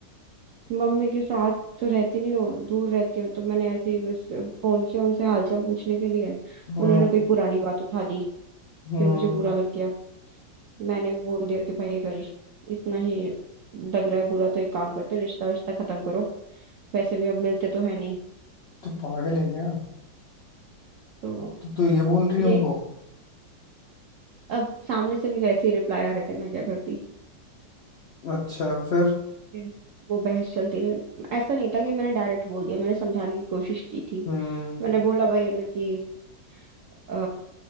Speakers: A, on the right (about 75°); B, on the left (about 80°).
A: मम्मी के साथ तो रहती नहीं हूँ दूर रहती हूँ तो मैंने ऐसे ही बस फोन किया उनसे हालचाल पूछने के लिए
B: हम्म
A: उन्होंने कोई पुरानी बात उठा दी
B: हम्म
A: फिर मुझे बुरा लग गया मैंने भी बोल दिया कि भाई अगर इतना ही लग रहा है बुरा तो एक काम करते हैं, रिश्ता रिश्ता खत्म करो वैसे भी अब मिलते तो है नहीं
B: तू पागल है क्या
A: तो
B: तू तू ये बोल रही
A: यही
B: है उनको
A: अब सामने से भी वैसे ही रिप्लाई आ रहे थे मैं क्या करती
B: अच्छा फिर
A: फिर वो बहस चलती रही ऐसा नहीं था कि मैंने डायरेक्ट बोल दिया मैंने समझाने की कोशिश की थी
B: हम्म
A: मैंने बोला भाई उन्हें कि अ,